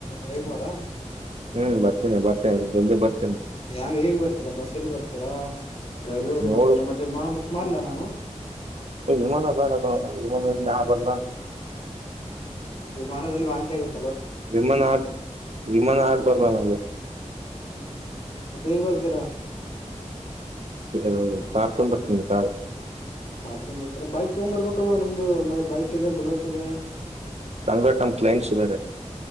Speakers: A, on the left; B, on the right.
A: ರವಿವಾರ
B: ಹ್ಮ್ ಬರ್ತೇನೆ ಬರ್ತೇನೆ ನೆನ್ನೆ ಬರ್
A: ಯ ಹ್ಯಾಂಗ್ ಈಗ್ ಬರ್ತಿರಾ ಬಸ್ ಲ್ಲಿ ಬರ್ತೀರಾ ರೈಲ್ವೆಯಲ್ಲಿ
B: ನೋಡು
A: ಬರ್ತಿರ ಮತ್ತೆ ವಿಮಾನ ಬುಕ್ ಮಾಡ್ಲಾ ನಾನು
B: ವಿಮಾನ ಬ್ಯಾಡ ಕಣಪ್ಪ ವಿಮಾನ್ದಾಗ್ ನಾನ್ಬರಲ್ಲ ಅನ್ನಿಸ್ತಿ
A: ಹ್ಮ್ ಹ್ಮ್ ವಿಮಾನದಲ್ಲಿ ವಾಂತಿ ಆಗತ್
B: ವಿಮಾನ ಆಗ್ ವಿಮಾನ ಆಗ್ಬರಲ್ಲ ನಮ್ಗೆ
A: ಹ್ಮ್ ಹ್ಮ್ ಮತ್ತೇಗ್ ಬರ್ತೀರಾ
B: ಡು ಕಾರ್ ತಗೊಂಬರ್ತೀನ್ನೋಡು ಕಾರು
A: ಕಾರ್ ತಗೊಂಡ್ಬರ್ತೀರ ಬೈಕ್ ತಗೊಂಬರ್ಬೇಕಲ್ವಾ ನಿಮ್ದು ಮೆ ಬೈಕಿದೆ ಬುಲೆಟ್ಟಿಇದೆ
B: ಟಾಂಗರ್ ಟಮ್ ಕ್ಲೈಂಟ್ಸಿದ್ದಾರೆ